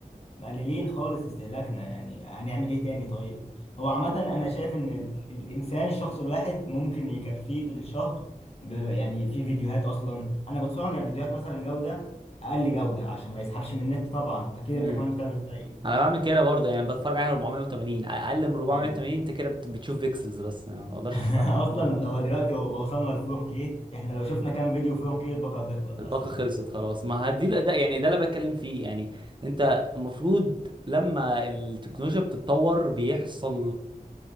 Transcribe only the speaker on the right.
امم
انا بعمل كده برضه يعني بتفرج على 480 اقل من 480
انت كده بت- بتشوف بيكسلز بس يعني ما اقدرش
اشوف أقل من 480
الباقة
خلصت خلاص ما هدي ده يعني ده اللي بتكلم فيه يعني انت المفروض لما التكنولوجيا بتتطور بيحصل